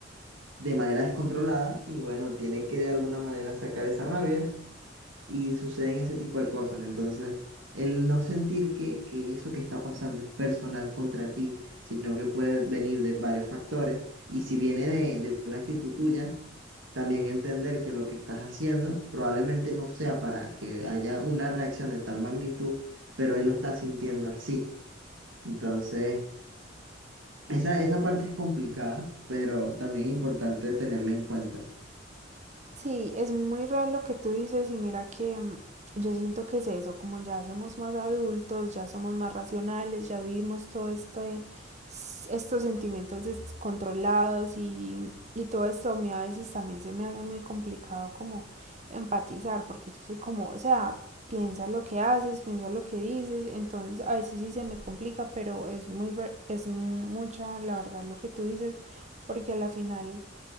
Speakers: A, on the right (about 90°); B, on the right (about 35°).
A: de manera descontrolada y bueno, tiene que de alguna manera sacar esa rabia y suceden ese tipo de cosas. Entonces, el no sentir que, que eso que está pasando es personal contra ti, sino que puede venir de varios factores y si viene de, de una actitud tuya, también entender que lo que estás haciendo probablemente no sea para que haya una reacción de tal magnitud, pero él lo está sintiendo así. Entonces, esa, esa parte es complicada, pero también es importante tenerla en cuenta.
B: Sí, es muy real lo que tú dices y mira que mm, yo siento que es eso, como ya somos más adultos, ya somos más racionales, ya vivimos todo este, s- estos sentimientos descontrolados y, y todo esto a mí a veces también se me hace muy complicado como empatizar, porque yo soy como, o sea, piensa lo que haces, piensa lo que dices, entonces a veces sí se me complica, pero es muy, ver- es mucha la verdad lo que tú dices, porque a la final